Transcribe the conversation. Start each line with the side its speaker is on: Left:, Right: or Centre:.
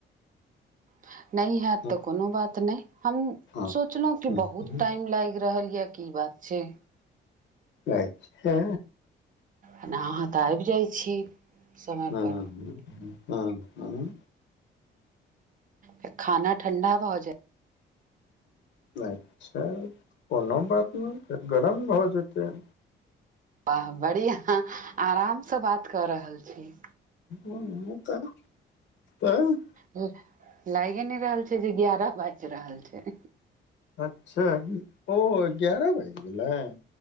Right: ह <inaudible> नहि होइत
Left: हँ
Right: तऽ कोनो बात नहि, हम
Left: हँ
Right: सोचलहुँ कि
Left: हँ,
Right: बहुत
Left: हँ,
Right: टाइम लागि रहल छै। की बात छै
Left: अचछा
Right: आ अहाँ तऽ आबि जाइत छी समय
Left: हँ
Right: पर।
Left: हँ ह
Right: ह खाना ठण्डा भहुत जाय
Left: अच्छा कोनो बात नै छै गरम भऽ जेतै
Right: ब बढ़ि आराम से बात कऽ रहल छी
Left: ह तऽ त
Right: हूं लागे नय रहल छै जे ग्यारह बैज रहल छै
Left: अच्छा ओ एगारह बाइज गेलै